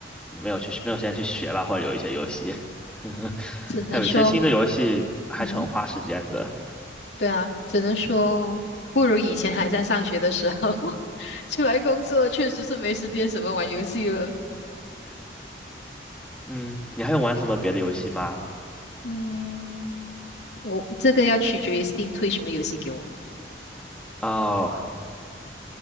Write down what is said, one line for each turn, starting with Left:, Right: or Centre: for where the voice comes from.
Centre: 没有去没有时间去学吧，或者有一些游戏。<laughs>
Left: 只能说。
Centre: 还有一些新的游戏还是很花时间的。
Left: 嗯哼。对啊，只能说不如以前还在上学的时候，<laughs> 出来工作确实是没时间什么玩游戏了。
Centre: 嗯，你还有玩什么别的游戏吗？
Left: 嗯，我这个要取决于 Steam 推什么游戏给我，
Centre: 哦